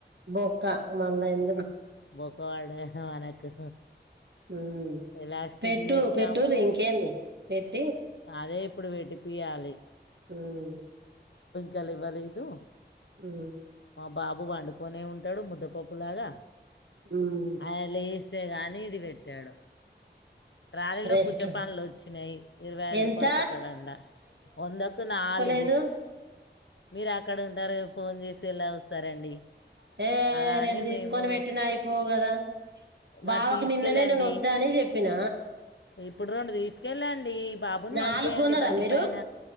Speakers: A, on the right; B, on the left.
A: బోక్కా మళ్ళా ఎందు
B: బొక్కపడ్డద్ మనకు
A: హుమ్
B: ఎలాస్టిక్
A: పెట్టు
B: తెచ్చాము
A: పెట్టురింకేంది పెట్
B: అదే ఇప్పుడు పెట్టి పియ్యలి
A: హూమ్
B: కా లెవ్వలేదు
A: ఆ
B: బాబు వండుకొనే ఉంటాడు ముద్దపప్పులాగా
A: ఉమ్
B: ఆయన లేస్ తేగాని ఇది పెట్టాడు ట్రాలీలో
A: రెస్ట్
B: పుచ్చ పండ్లోచ్చినాయి. ఇరవై ఐదు
A: ఎంత
B: రూపాలకోక్కటంట వందకు నాలుగు
A: లెదు
B: మీరు అక్కడ ఉంటరు ఫోన్ చేసే ఎలా వస్తారండి
A: ఏ
B: అలా అని
A: రెండు తీసుకొని
B: మేము
A: పెట్టినా అయిపోవు గదా
B: మరి
A: బావకి
B: తీసుకెళ్ళండి
A: నిన్ననే నెనోద్దని జేప్పిన
B: ఇప్పుడు రెండు తీసుకెళ్ళండి. బాబుని
A: నాలుగు
B: పంపియండి
A: కొనరా
B: బండి
A: మీరు
B: పైన.